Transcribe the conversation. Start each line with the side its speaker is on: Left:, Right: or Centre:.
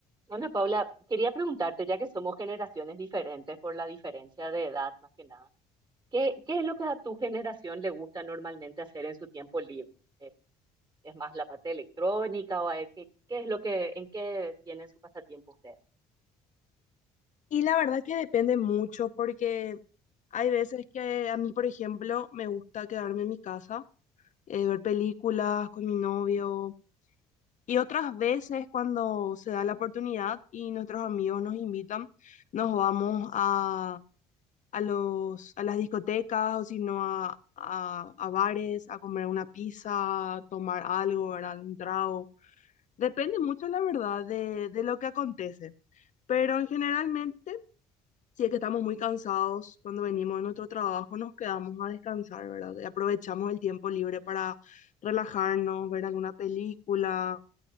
Right: Bueno, Paula, quería preguntarte, ya que somos generaciones diferentes por la diferencia de edad más que nada, ¿qué, qué es lo que a tu generación le gusta normalmente hacer en su tiempo libre? Eh, ¿Es más la parte electrónica o hay que- qué, es lo que, en qué tienen su pasatiempo ustedes?
Left: Y la verdad que depende mucho porque hay veces que a mí, por ejemplo, me gusta quedarme en mi casa, eh, ver películas con mi novio y otras veces cuando se da la oportunidad y nuestros amigos nos invitan, nos vamos a, a los, a las discotecas o si no a, a, a bares, a comer una pizza, tomar algo, ¿verdad? Un trago. Depende mucho, la verdad, de, de lo que acontece. Pero en generalmente... Si es que estamos muy cansados cuando venimos de nuestro trabajo, nos quedamos a descansar, ¿verdad? Y aprovechamos el tiempo libre para relajarnos, ver alguna película